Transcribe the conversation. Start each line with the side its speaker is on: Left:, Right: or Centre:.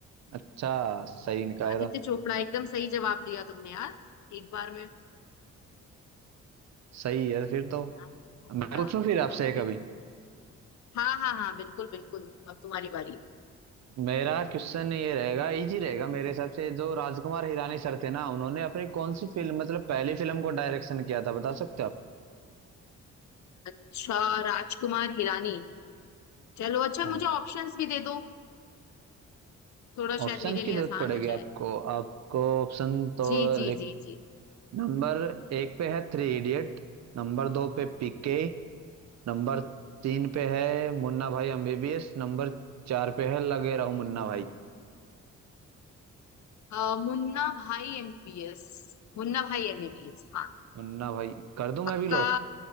Right: अच्छा सही निकाला
Left: आदित्य
Right: था
Left: चोपड़ा एकदम सही जवाब दिया तुमने यार एक बार में
Right: सही है फिर तो
Left: आदित्य चोपड़ा
Right: मैं पूछूं फिर आपसे
Left: जी
Right: कभी
Left: जी हाँ हाँ हाँ बिल्कुल बिल्कुल अब तुम्हारी बारी
Right: मेरा क्वेश्चन ये रहेगा इजी रहेगा मेरे हिसाब से जो राजकुमार हिरानी सर थे ना उन्होंने अपनी कौन सी फिल्म मतलब पहली फिल्म को डायरेक्शन किया था बता सकते हो आप
Left: अच्छा राजकुमार हिरानी चलो अच्छा
Right: हाँ
Left: मुझे ऑप्शंस भी दे दो थोड़ा
Right: ऑप्शन
Left: शायद मेरे लिए
Right: की जरूरत
Left: आसान
Right: पड़ेगी
Left: हो जाए
Right: आपको आपको ऑप्शन तो
Left: जी जी
Right: लिख
Left: जी जी
Right: नंबर एक पे है थ्री इडियट नंबर दो पे पीके नंबर तीन पे है मुन्ना भाई एमबीबीएस नंबर चार पे है लगे रहो मुन्ना भाई
Left: अ, मुन्ना भाई एमबीबीएस मुन्ना भाई एमबीबीएस हाँ
Right: मुन्ना भाई कर दूं मैं
Left: पक्का
Right: भी लॉक